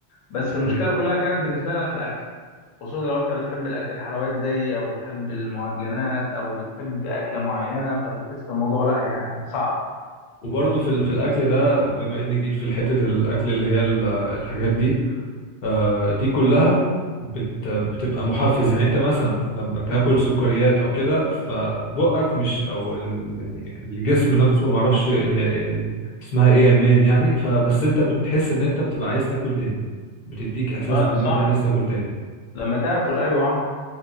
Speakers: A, on the left; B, on the left.
A: بس
B: دي
A: المشكله
B: حقيقة
A: كلها كانت بالنسبه لي انا في الاكل خصوصا لو انت بتحب الاكل الحلويات زيي او بتحب المعجنات او بتحب اكله معينه فبتحس الموضوع لا يعني صعب
B: وبرضه في ال- في الاكل ده بما اني جيت في حتة الاكل اللي هي ال- الحاجات دي آه، دي كلها بت بتبقى محفز يعني انت مثلا لما تاكل سكريات او كده فبقك مش او ال- يعني الجسم نفسه ما اعرفش ال- ال- اسمها ايه علميا يعني فبس انت بتحس ان انت بتبقى عايز تاكل تاني بتديك احساس
A: اه
B: بان
A: صح
B: انت عايز تاكل تاني
A: لما تاكل ايوه